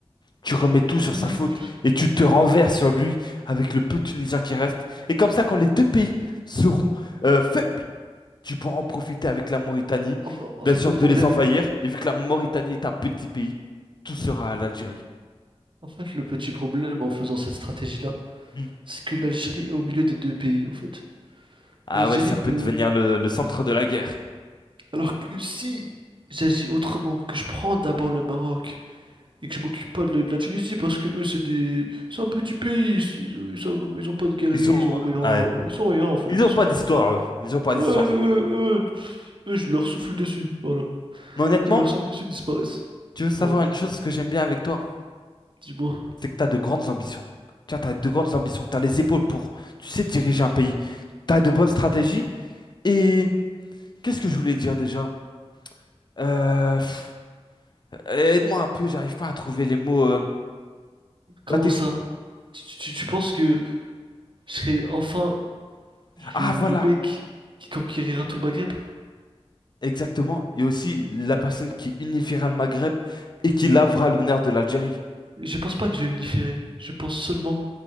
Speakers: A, on the left; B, on the right.
A: tu remets tout sur
B: Lui-
A: sa faute et tu te renverses sur lui avec le peu de Tunisiens qui restent. Et comme ça, quand les deux pays seront euh, faibles, Tu pourras en profiter avec la Mauritanie,
B: En, fa- en
A: bien
B: fait,
A: sûr
B: le problème,
A: de les envahir, et vu que la Mauritanie est un petit pays, tout sera à l'Algérie.
B: en fait, le petit problème en faisant cette stratégie-là,
A: Hmm.
B: c'est que l'Algérie est au milieu des deux pays, en fait.
A: Ah
B: L'Algérie
A: ouais, ça peut
B: est au-
A: devenir le, le centre de la guerre.
B: Alors que si j'agis autrement, que je prends d'abord le Maroc et que je m'occupe pas de, de la Tunisie, parce que eux, c'est des... C'est un petit pays, ils, ils, ils savent- ils ont pas de guerriers,
A: Ils sont...
B: ils ont rien,
A: Ouais.
B: ils sont rien, en fait,
A: Ils ont
B: ils sont
A: pas
B: rien.
A: d'histoire, eux. Ils ont pas
B: Ouais,
A: d'histoire.
B: eux, eux, pff, eux, je leur souffle dessus, voilà.
A: Mais honnêtement,
B: Mais leurs sons l'impression que ceux disparaissent.
A: tu veux savoir
B: Voilà.
A: une chose que j'aime bien avec toi?
B: Dis-moi,
A: C'est que t'as de grandes ambitions. Tu vois, t'as de grandes ambitions. T'as les épaules pour, tu sais, diriger un pays. T'as de bonnes stratégies. Et qu'est-ce que je voulais dire déjà? Euh, pff, Aide-moi un peu, j'arrive pas à trouver les mots. euh.
B: comment
A: Bah, t'es-
B: ça? Tu, tu- tu- tu penses que je serai enfin
A: Ah
B: le,
A: voilà!
B: le mec qui conquérira tout le Maghreb?
A: Exactement. Et aussi la personne qui unifiera le Maghreb et qui lavera l'honneur de l'Algérie.
B: Je pense pas que je vais le différer. Je pense seulement